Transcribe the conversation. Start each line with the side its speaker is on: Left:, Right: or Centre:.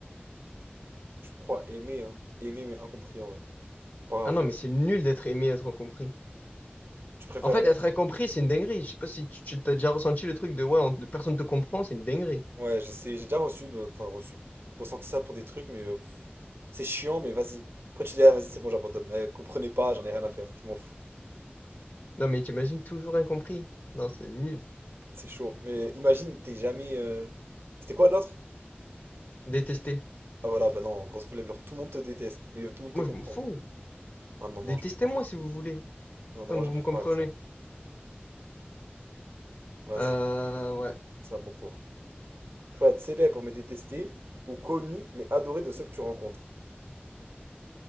Right: Je crois aimer, hein. Aimer, mais incompris, en vrai. C'est pas
Left: Ah non,
Right: grave.
Left: mais c'est nul d'être aimé et être incompris.
Right: Tu préfères...
Left: En fait, être incompris, c'est une dinguerie. Je sais pas si tu tu- t'as déjà ressenti le truc de ouais, on- personne te comprend, c'est une dinguerie.
Right: Ouais, je sais, j'ai déjà reçu, de- enfin, reçu. Ressenti ça pour des trucs, mais... euh, pff. c'est chiant, mais vas-y. Après, tu dis, ah, vas-y, c'est bon, j'abandonne. Eh, comprenez pas, j'en ai rien à faire. Je m'en fous.
Left: Non, mais t'imagines toujours incompris. Non, c'est nul.
Right: C'est chaud. Mais imagine, t'es jamais. euh, C'était quoi l'autre?
Left: Détesté.
Right: Ah voilà, bah non, grosse flemme. Genre, tout le monde te déteste, mais euh, tout le monde
Left: Moi,
Right: te comprend.
Left: je m'en fous.
Right: Ah non, non,
Left: Détestez-moi
Right: je peux pas.
Left: si vous voulez,
Right: Non,
Left: tant
Right: non, moi,
Left: que
Right: j'arrive
Left: vous me comprenez.
Right: pas avec ça. Vas-y,
Left: Euh, ouais.
Right: c'est à mon tour. Faut être célèbre mais détesté, ou connu mais adoré de ceux que tu rencontres.